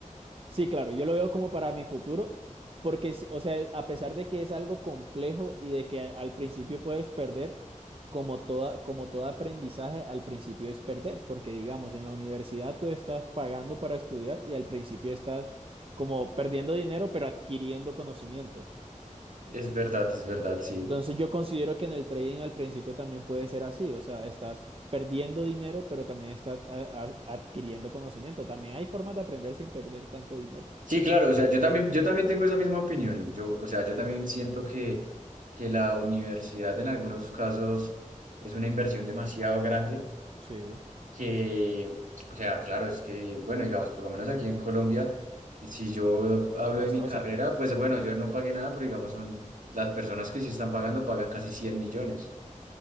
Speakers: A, on the right; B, on the right.
A: Sí, claro, yo lo veo como para mi futuro, porque, sí, o sea, a pesar de que es algo complejo y de que a- al principio puedes perder, como toda, como todo aprendizaje, al principio es perder, porque digamos, en la universidad tú estás pagando para estudiar y al principio estás como perdiendo dinero, pero adquiriendo conocimiento.
B: Es verdad, es verdad, sí.
A: Entonces yo considero que en el trading al principio también puede ser así, o sea, estás perdiendo dinero, pero también estás a- a- adquiriendo conocimiento. También hay formas de aprender sin perder tanto dinero.
B: Sí, claro, o sea, yo también, yo también tengo esa misma opinión. Yo, o sea, yo también siento que, que la universidad en algunos casos es una inversión demasiado grande
A: Sí.
B: que, o sea, claro, es que, bueno, digamos, por lo menos aquí en Colombia, si yo
A: Es
B: hablo
A: muy costosa,
B: de mi carrera, pues bueno, yo no pagué nada, pero digamos, son las personas que sí están pagando pagan casi 100 millones.